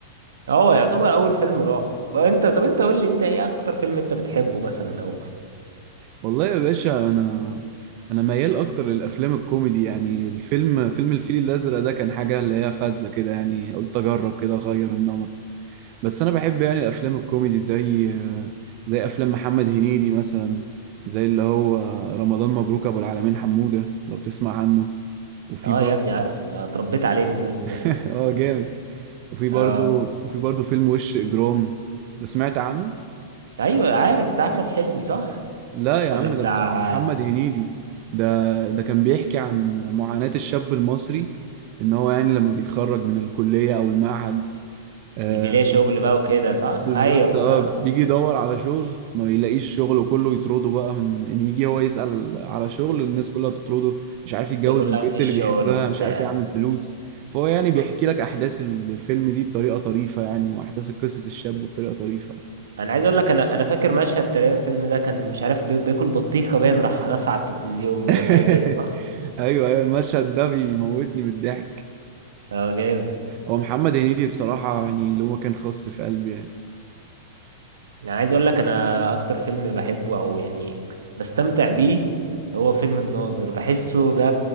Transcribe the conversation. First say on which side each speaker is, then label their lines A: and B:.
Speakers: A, on the right; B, on the right.
A: هو يعتبر اول فيلم رعب انت طب انت قول لي انت ايه اكتر فيلم انت بتحبه مثلا او
B: والله يا باشا انا انا ميال اكتر للافلام الكوميدي يعني الفيلم فيلم الفيل الازرق ده كان حاجه اللي هي فذه كده يعني قلت اجرب كده اغير النمط بس انا بحب يعني الافلام الكوميدي زي زي افلام محمد هنيدي مثلا زي اللي هو رمضان مبروك ابو العالمين حموده لو تسمع عنه وفي
A: اه
B: برضه
A: يا ابني عارفه ده اتربيت عليه الفيلم
B: <laughs>
A: ده
B: اه جامد وفي برضه
A: اه
B: وفي برضه فيلم وش اجرام ده سمعت عنه
A: ايوه عارف بتاع احمد حلمي صح
B: لا يا
A: ولا
B: عم
A: بتاع
B: ده بتاع محمد هنيدي ده ده كان بيحكي عن معاناة الشاب المصري ان هو يعني لما بيتخرج من الكلية او المعهد آه
A: مش بيلاقي شغل بقى وكده صح
B: بالظبط
A: ايوه افتكرت
B: اه بيجي يدور على شغل ما بيلاقيش شغل وكله يطرده بقى من ان يجي هو يسأل على شغل الناس كلها تطرده مش عارف يتجوز
A: تقول له لا
B: البنت
A: مفيش
B: اللي
A: شغل
B: بيحبها
A: وبتاع
B: مش عارف يعمل فلوس فهو يعني بيحكي
A: ب...
B: لك احداث الفيلم دي بطريقة طريفة يعني واحداث قصة الشاب بطريقة طريفة
A: انا عايز اقول لك انا انا فاكر مشهد تقريبا في الفيلم ده كان مش عارف بي... بياكل بطيخه باين راح دفع على التلفزيون باين
B: <laughs>
A: حاجه كده صح
B: ايوه ايوه المشهد ده بيموتني من الضحك
A: اه جامد
B: هو محمد هنيدي بصراحة يعني اللي هو كان خاص في قلبي يعني
A: يعني عايز اقول لك انا اكتر فيلم بحبه او يعني بستمتع بيه هو فيلم الناظر بحسه ده